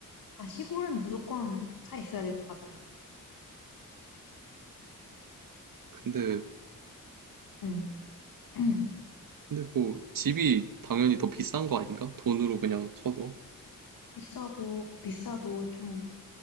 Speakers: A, on the left (about 85°); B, on the right (about 75°).
A: 아, 시골은 무조건 차 있어야 될 것 같다.
B: 근데,
A: 응. 응.
B: 근데 뭐, 집이 당연히 더 비싼 거 아닌가? 돈으로 그냥 쳐도.
A: 비싸고, 비싸도 좀,